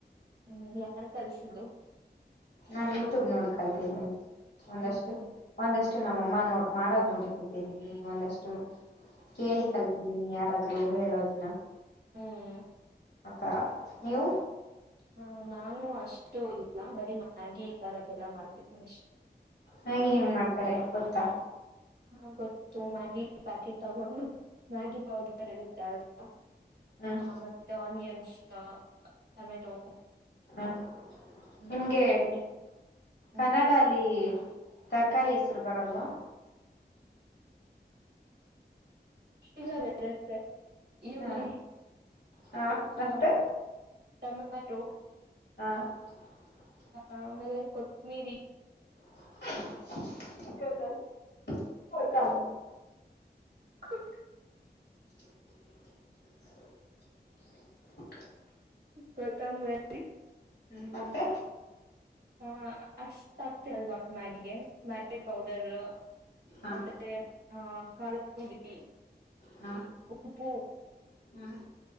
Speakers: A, on the right; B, on the left.
A: ಹ್ಮ್ ಯಾರ ಕಿಸುುದುು
B: ನಾನ್ ಯೂಟ್ಯೂಬ್ ನೋಡಿ ಕಲ್ತಿದ್ದೇನಿ ಒಂದಷ್ಟು
A: ಹ್ಮ್
B: ಒಂದಷ್ಟು ನಮ್ಮಅಮ್ಮ ನೋ ಮಾಡೋದ್ ನೋಡಿ ಕಲ್ ದ್ದೀನಿ ಒಂದಷ್ಟು ಕೇಳಿ
A: ಹ್ಮ್
B: ಕಲ್ತಿದ್ದೀನಿ ಯಾರಾದ್ರು ಹೇಳೋದನ್ನ
A: ಹ್ಮ್
B: ಆತರ ನೀವು
A: ಹ ನಾನು ಅಷ್ಟ ಇಷ್ಟು ಇಲ್ಲ ಬರೀ ಮ್ಯಾಗಿ ಈ ಸಾರದೆಲ್ಲ ಮಾಡ್ತ ನಷ್ಟ
B: ಹಾಗೆ ಹೆಂಗ್ ಮಾಡ್ತಾರೆ ಗೊತ್ತಾ
A: ಹ ಗೊತ್ತು ಮಾಗಿ ಪಾಕಿ ತಗೊಂಡು ಮಾಗಿ ಪೌಡರ್ ಗತ್ತೆ ಅಲ್ವಾ
B: ಹ್ಮ್
A: ಹ ಮತ್ತೆ ಆನಿಯನ್ಸ್ ಟೊಮೆಟೊ
B: ಹ್ಮ್
A: ಹ್ಮ್
B: ನಿಮ್ಗೆ
A: <unintelligible> ಹ್ಮ್
B: ಕನ್ನಡ ಅಲ್ಲಿ ತರಕಾರಿ ಹೆಸ್ರು ಬರಲ್ವಾ
A: ಇಲ್ಲ ಬರುತ್ತೆ ಎಲ್ಲಿ
B: ಹ ಹ ಮತ್ತೆ
A: ಹಾ ಟಮಾಟೋ
B: <inaudible>
A: ಆಮೇಲೆ ಕೊತ್ಮಿರಿ
B: <unintelligible>
A: ಥೂ
B: <inaudible>
A: ಕೊತಂಬರಿ
B: ಹ್ಮ್ ಮತ್ತೆ
A: ಹಾ ಅಷ್ಟ ಸಾ ಆಕ್ತಿಲ್ವಾ ಮ್ಯಾಗಿಗೆ ಮ್ಯಾಗಿ ಪೌಡರು
B: ಹ
A: ಮತ್ತೆ ಹ ಕಾರದಪುಡಿ
B: ಹ
A: ಉಪ್ಪು
B: ಹ್ಮ್